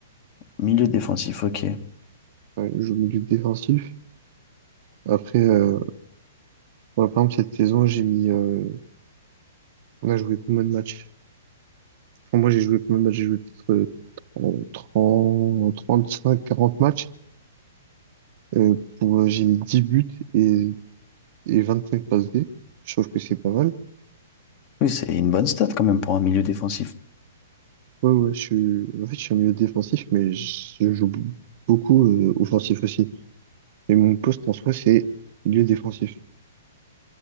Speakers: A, on the left; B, on the right.
A: milieu défensif, ok.
B: Ouais, je joue milieu défensif. Après, euh, voilà, par exemple, cette saison, j'ai mis, euh, on a joué combien de matchs? Enfin, moi, j'ai joué combien de matchs? J'ai joué peut-être euh, 30, 35, 40 matchs. Euh, pour, euh, j'ai mis 10 buts et et 25 passes D. Je trouve que c'est pas mal.
A: Oui, c'est une bonne stat quand même pour un milieu défensif.
B: Ouais, ouais, je suis, en fait, je suis un milieu défensif, mais je joue b- beaucoup euh, offensif aussi. Et mon poste en soi, c'est milieu défensif.